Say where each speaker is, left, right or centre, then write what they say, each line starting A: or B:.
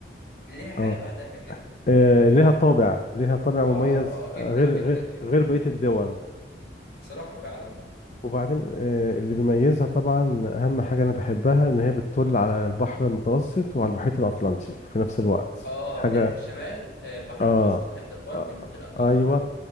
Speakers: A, on the left; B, on the left.
A: ليها حاجه
B: آه،
A: لوحدها كده
B: آه، ليها طابع ليها طابع
A: اه
B: مميز
A: اه جدا
B: آه، غير
A: جدا
B: غير
A: جدا
B: غير
A: يعني
B: بقيه الدول
A: بصراحه فعلا
B: وبعدين آه، اللي بيميزها طبعا اهم حاجه انا بحبها ان هي بتطل على البحر المتوسط وعلى المحيط الاطلنطي في نفس الوقت
A: اه
B: حاجه
A: من ناحيه الشمال آه، البحر
B: اه,
A: المتوسط ومن ناحيه الغرب
B: آه.
A: المحيط
B: آه،
A: الاطلنطي
B: ايوه